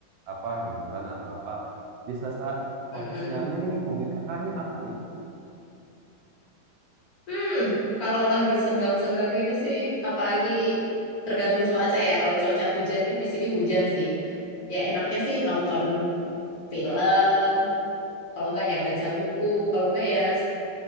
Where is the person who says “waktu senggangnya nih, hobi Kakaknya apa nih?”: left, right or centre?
Right